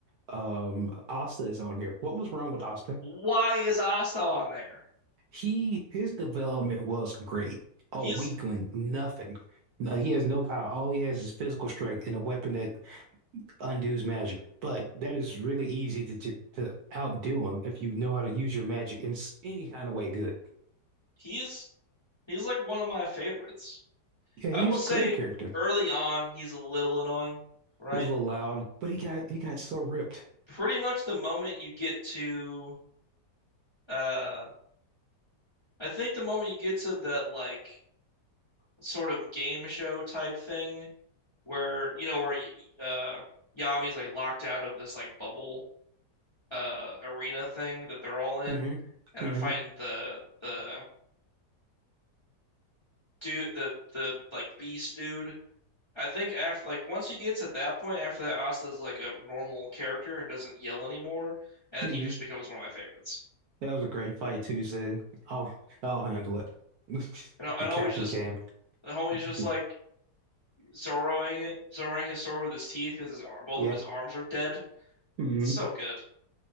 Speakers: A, on the right; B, on the left.
A: um Asta is on here. What was wrong with Asta?
B: Why is Asta on there?
A: He his development was great.
B: He's
A: A weakling, nothing. No, he has no power. All he has is physical strength and a weapon that undoes magic. But that is really easy to ju- to outdo him if you know how to use your magic in s- any kind of way. Good.
B: he's he's like one of my favorites.
A: Yeah,
B: I
A: he's
B: will say
A: a great character.
B: early on he's a little annoying, right?
A: He's a little loud, but he got he got so ripped.
B: Pretty much the moment you get to uh I think the moment you get to that like sort of game show type thing where you know where uh Yami's like locked out of this like bubble uh arena thing that they're all in,
A: hmm
B: and
A: hmm
B: they're fighting the the dude the the like beast dude. I think after like once you get to that point, after that, Asta's like a normal character and doesn't yell anymore, and
A: hmm
B: he just becomes one of my favorites.
A: That was a great fight too. He Said, will I'll handle it." <laughs>
B: And and
A: The captain
B: homie's just
A: came.
B: the homie's just
A: Yeah.
B: like Zoroing it, Zoroing his sword with his teeth because his ar both
A: Yeah.
B: of his arms are dead.
A: Mhm.
B: So good.